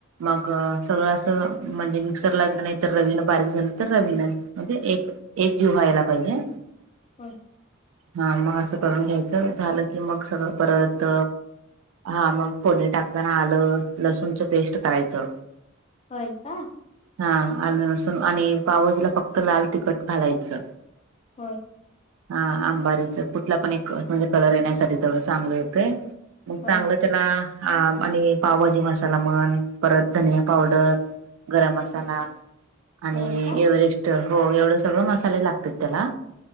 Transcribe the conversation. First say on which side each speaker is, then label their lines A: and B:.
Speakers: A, on the right; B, on the left.
A: मग सगळं अस म्हणजे मिक्सर लागलं नाही तर रवीन बारीक झालं तर रवीन म्हणजे एक एक जीव व्हायला पाहिजे
B: होय
A: हा मग असं करून घ्यायचं झालं की मग सगळं परत हा मग फोले टाक ण आलं लसूणच पेस्ट करायचं
B: होय का
A: हा आल नसून आणि पावजला फक्त लाल तिखट घालायचं
B: होय
A: हा अंबारीच कुठला पण एक म्हणजे कलर येण्यासाठी तेथोडं चांगलं येतं म
B: होय
A: तांगल चला आ आणि पावभाजी मसाला म्हन परत धनिया पावडर गरम मसाला आणि
B: होय का
A: एव्हरेस्ट हो एवढं सगळ मसाले लागतात त्याला